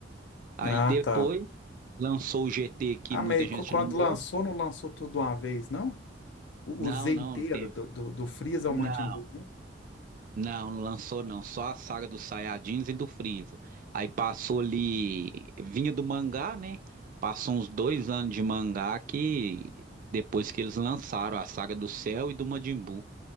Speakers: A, on the right; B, on the left.
A: Aí
B: Ah,
A: depois
B: tá.
A: lançou o GT que
B: Ah,
A: muita
B: mas
A: gente
B: qu- quando
A: não gosta.
B: lançou, não lançou tudo uma vez, não? O,
A: Não,
B: o Z
A: não,
B: inteiro,
A: teve.
B: do, do, do Freeza ao
A: Não.
B: Majin Buu, né?
A: Não, não lançou não, só a saga dos Saiyajins e do Freeza. Aí passou ali, vinha do mangá, né? Passou uns dois anos de mangá que depois que eles lançaram a saga do Cell e do Majin Buu.